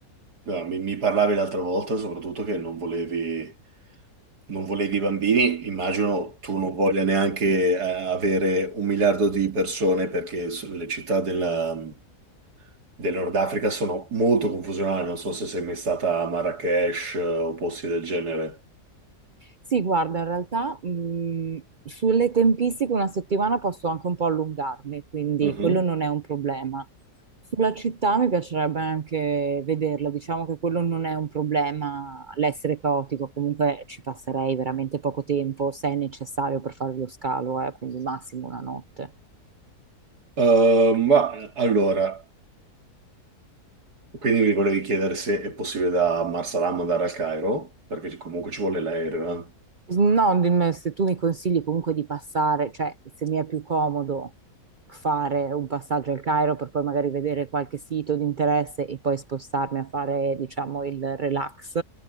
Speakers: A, on the right (about 85°); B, on the right (about 55°).
A: No, mi, mi parlavi l'altra volta soprattutto che non volevi, non volevi bambini. Immagino tu non voglia neanche eh, avere un miliardo di persone perché s- le città del, del Nord Africa sono molto confusionali. Non so se sei mai stata a Marrakech eh, o posti del genere.
B: Sì, guarda, in realtà mh, sulle tempistiche una settimana posso anche un po' allungarmi, quindi
A: Mhm.
B: quello non è un problema. Sulla città mi piacerebbe anche vederla, diciamo che quello non è un problema, l'essere caotico, comunque ci passerei veramente poco tempo se è necessario per fare lo scalo, eh, quindi massimo una notte.
A: Ehm, ma allora. Quindi mi volevi chiedere se è possibile da Marsalam andare al Cairo, perché comunque ci vuole l'aereo.
B: No, dimmi se tu mi consigli comunque di passare, cioè se mi è più comodo fare un passaggio al Cairo per poi magari vedere qualche sito di interesse e poi spostarmi a fare, diciamo, il relax,